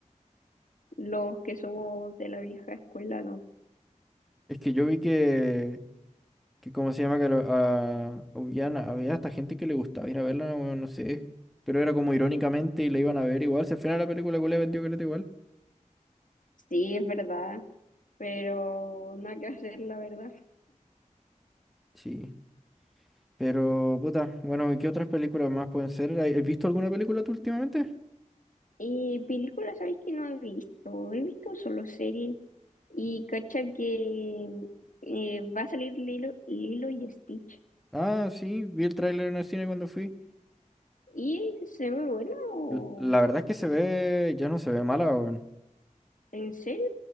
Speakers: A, on the left; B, in the centre.
A: <laughs> los que somos de la vieja escuela no.
B: Es que yo vi que, que ¿cómo se llama? Que lo- a, había, había hasta gente que le gustaba ir a verla, weón, no sé. Pero era como irónicamente y la iban a ver igual. Si al final la película que le vendió caleta igual.
A: Sí, es verdad, pero nada que hacer, la verdad.
B: Sí. Pero, puta, bueno, ¿y qué otras películas más pueden ser? ¿Has has visto alguna película tú últimamente?
A: Y películas, ¿sabéis que no he visto? He visto solo series. Y cacha que eh, va a salir Lilo, Lilo y Stitch.
B: Ah, sí, vi el tráiler en el cine cuando fui.
A: ¿Y se ve buena o
B: L- La verdad es que se ve, ya no se ve mala, weón.
A: en serio?